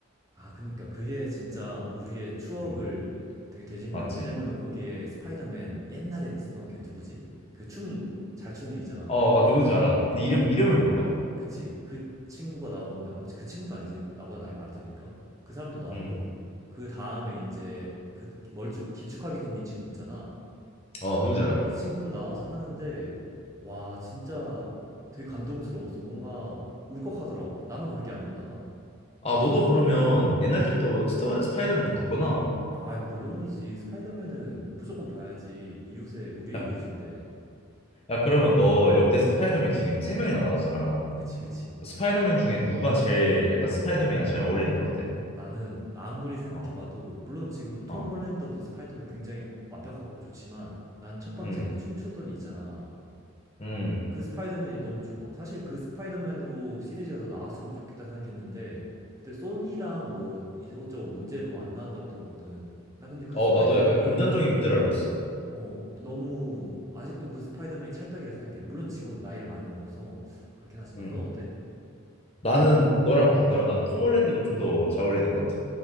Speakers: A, on the right (about 15°); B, on the left (about 30°).
A: 아 그니까 그게 진짜 우리의 추억을
B: 음.
A: 되게 되짚는
B: 맞지?
A: 왜냐면은 거기에 스파이더맨 옛날에 있었던 걔 누구지? 그 춤 잘 추는 애 있잖아.
B: 어,
A: 누구지?
B: 나 누군지 알아. 근데
A: 어.
B: 이름, 이름을 몰라.
A: 그치. 그 친구가 나오는데 아, 그 친구도 아니지. 나보다 나이 많을 테니까. 그 사람도 나오고
B: 음.
A: 그 다음에 이제 그 멀쭉 길쭉하게 생긴 친구 있잖아.
B: 어, 누군지 알아.
A: 그 친구도 나와서 하는데 와 진짜 되게 감동스러웠어. 뭔가 울컥하더라고. 나만 그런 게 아니었나 봐.
B: 아, 너도 그러면 옛날 때부터 스타, 스파이더맨 다 봤구나.
A: 아, 물론이지. 스파이더맨은 무조건 봐야지. 이웃의, 우리의
B: 야,
A: 이웃인데.
B: 야, 그러면 너 역대 스파이더맨 지금 세 명이나 나왔잖아.
A: 그치, 그치.
B: 스파이더맨 중에 누가 제일 약간 스파이더맨이랑 잘 어울리는 것 같아?
A: 나는 아무리 생각해봐도,
B: 어,
A: 물론 지금 톰
B: 어,
A: 홀랜더도 스파이더맨 굉장히 완벽하고 좋지만, 난 첫 번째
B: 음,
A: 그 춤추던 이 있잖아.
B: 음.
A: 그 스파이더맨이 너무 좋아. 사실 그 스파이더맨으로 시리즈가 더 나왔으면 좋겠다 생각했는데, 그때 소니랑 뭐 이것저것 문제로 안 나왔다고 들었거든. 나 근데 그
B: 어,
A: 스파이더맨이
B: 나도 약간 금전적인 문제를 알고 있어.
A: 어 너무 아직도 그 스파이더맨이 찰떡이라 생각해. 물론 지금은 나이를 많이 먹어서 그렇긴 하지만
B: 음.
A: 넌 어때?
B: 나는 너랑 반대로 난 톰 홀랜드가 좀 더 잘 어울리는 것 같아.